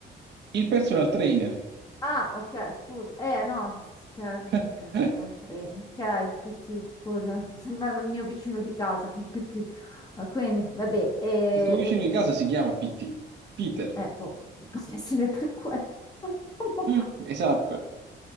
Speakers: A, on the right; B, on the left.
A: il personal trainer,
B: Ah, ok, scusa. Eh, no, Term,
A: <laughs>
B: personal trainer. Ok, PT, scusa. <laughs> Sembrava il mio vicino di casa, il PT. Ah, Quindi, vabbè, e,
A: il tuo vicino
B: e- e
A: di casa
B: qui,
A: si chiama PT, Peter.
B: eh, può, <laughs> può essere per quello. <laughs> Comunque.
A: <laughs> Esatto.